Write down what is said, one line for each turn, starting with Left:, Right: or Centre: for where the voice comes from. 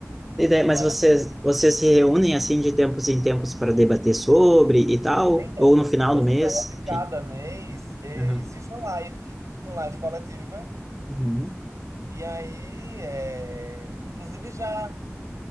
Centre: E daí,
Right: Mas
Centre: mas vocês, vocês se reúnem assim de tempos em tempos para debater sobre e tal?
Right: Então,
Centre: Ou no final
Right: no
Centre: do
Right: final
Centre: mês?
Right: de cada
Centre: Enfim.
Right: mês, eh,
Centre: Aham.
Right: existe uma live, uma live coletiva.
Centre: Uhum.
Right: E aí, eh, inclusive já,